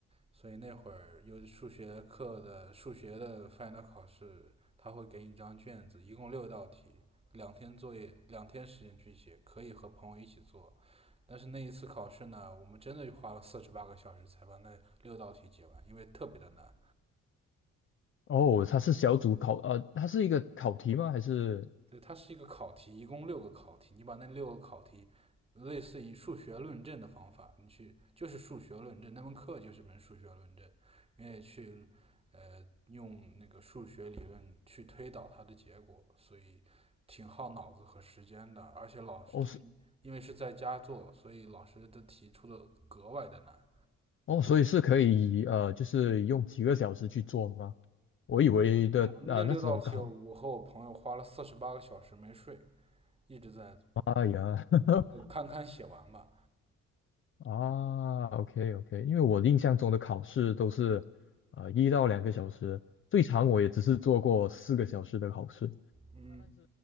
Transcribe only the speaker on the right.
所以那会儿有数学课的数学的 final 考试，他会给你一张卷子，一共六道题，两天作业，两天时间去写，可以和朋友一起做。但是那一次考试呢，我们真的花了四十八个小时才把那六道题解完，因为特别的难。
对，它是一个考题，一共六个考题，你把那六个考题，类似于数学论证的方法，你去就是数学论证，那门课就是门数学论证，你也去呃用那个数学理论去推导它的结果，所以挺耗脑子和时间的，而且老师因为因为是在家做，
所以老师的题出的格外的难。
我们那六道题，
我和我朋友花了四十八个小时没睡，一直在做，
就有堪堪写完吧。
嗯，